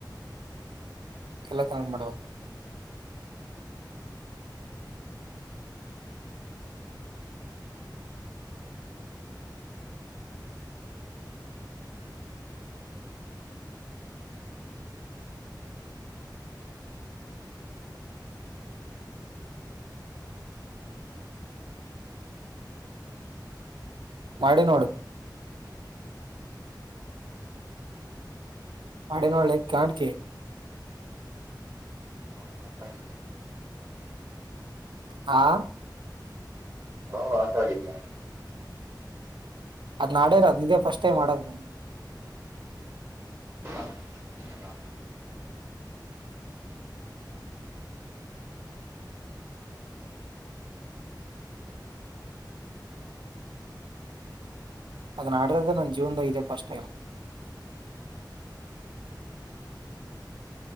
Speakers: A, on the right; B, on the right.
A: ಎಲ್ಲ ಕನೆಕ್ಟ್ ಮಾಡುವ ಮಾಡಿ ನೋಡು <inaudible>
B: ಯಾವಾಗ ಆಟ ಆಡಿದ್ಯಾ
A: ಹಾ
B: <inaudible>
A: ಅದ್ ನಾಡೇಲ್ಲ ನಿ ಫಸ್ಟ್ ಟೈಮ್ ಆದು ನ
B: ನಾವು ಎಲ್ಲ ಆಟ ಆಡಿದ್ಯಾ?
A: ಅದನ್ ಆಡರೋದೇ ನನ್ ಜೀವನ್ದಾಗ ಇದೆ ಫಸ್ಟ್ ಟೈಮ್